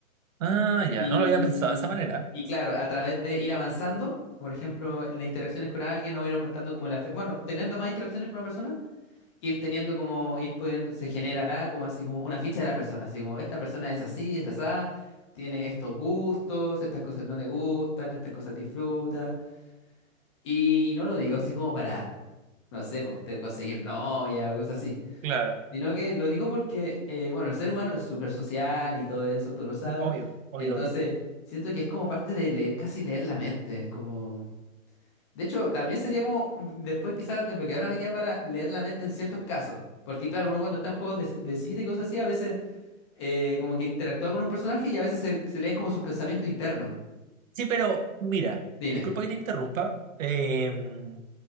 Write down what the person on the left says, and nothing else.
Y,
y- y claro, a través de ir avanzando, como por ejemplo en las interacciones con alguien o ir aumentando como la afecto, bueno, teniendo más interacciones con una persona, ir teniendo como, ir pudiendo, se generará como así como una ficha de la persona, así como esta persona es así, es asá, tiene estos gustos, estas cosas no le gustan, estas cosas disfruta. Y, y no lo digo así como para, no sé, pues, te- conseguir novia o cosas así.
Sino que lo digo porque, eh, bueno, el ser humano es súper social y todo eso, tú lo sabes.
Entonces,
siento que es como parte de leer, casi leer la mente. Es como... De hecho, también sería como mm, después quizás desbloquear una habilidad para leer la mente en ciertos casos. Porque claro, uno cuando está en juegos de, de cita y cosas así, a veces eh, como que interactúa con un personaje y a veces se, se leen como sus pensamientos internos.
Dime.